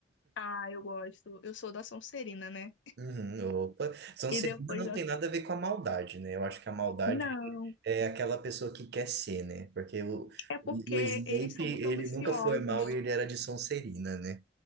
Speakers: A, on the left (about 80°); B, on the right (about 60°).
A: Ah, eu gosto. Eu sou da Sonserina, né?
B: Uhum, opa. São Celina
A: E depois
B: não
A: da...
B: tem nada a ver com a maldade, né? Eu acho que a maldade
A: Não.
B: é aquela pessoa que quer ser, né? Porque o,
A: É porque
B: o Snape,
A: eles são
B: ele
A: muito ambiciosos,
B: nunca foi mal e ele era de Sonserina, né?